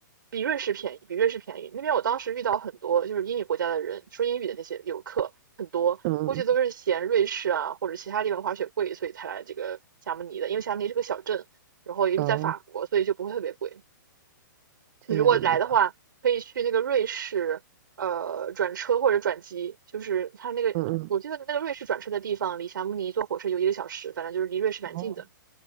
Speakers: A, on the right (about 80°); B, on the right (about 40°).
A: 比瑞士便宜，比瑞士便宜。那边我当时遇到很多就是英语国家的人，说英语的那些游客很多，
B: 嗯，
A: 估计都是嫌瑞士啊或者其他地方滑雪贵，所以才来这个霞慕尼的。因为霞慕尼是个小镇，然后也是在法国，
B: 哦，
A: 所以就不会特别贵。
B: 这样子吧
A: 你如果来的话，可以去那个瑞士，呃，转车或者转机，就是它那个，
B: 嗯嗯，
A: 我记得那个瑞士转车的地方离霞慕尼坐火车有一个小时，反正就是离瑞士蛮近的，
B: 哦，